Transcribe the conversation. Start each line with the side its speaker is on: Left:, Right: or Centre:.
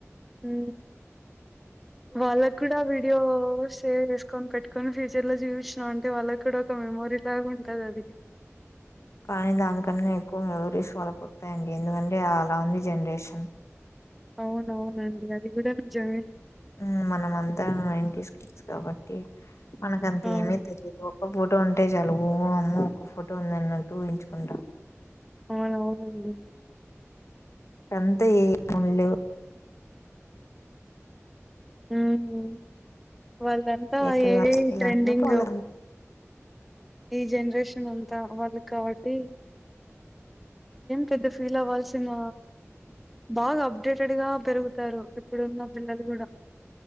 Centre: ఊ వాళ్ళకు కూడా వీడియో షేర్ చేసుకొని పెట్టుకొని ఫ్యూచర్ లో చూపించినాం అంటే వాళ్ళకి కూడా ఒక మెమోరీలాగా ఉంటది అది
Left: కానీ దానికన్నా ఎక్కువ మెమోరీస్ వాళ్ళకొత్తాయండి ఎందుకంటే అలా ఉంది జనరేషన్
Centre: అవునవునండి అది కూడా నిజమే
Left: మ్ మనం అంతా నైన్ టీస్ కిడ్స్ కాబట్టి మనకంతేమి
Centre: ఆ
Left: తెలిదు లోకమ్ ఫోటో ఉంటే చాలు ఓ అమ్మో ఒక్క ఫోటో ఉందన్నట్టు ఊహించుకుంటాం
Centre: అవును అవునండి
Left: కంతే ఏముండ్లేవ్
Centre: ఆహ వాళ్ళదంతా
Left: ఎక్కడ
Centre: ఏఐ
Left: ఇలా
Centre: ట్రెండింగొ
Left: ఉన్నప్పుడు వాళ్ళ
Centre: ఈ జనరేషన్ అంతా వాళ్ళకి కావట్టి పెద్ద ఫీల్ అవ్వాల్సిన బాగా అబ్ అబ్ డేటెడ్ గా పెరుగుతారు ఇప్పుడున్న పిల్లలు కూడా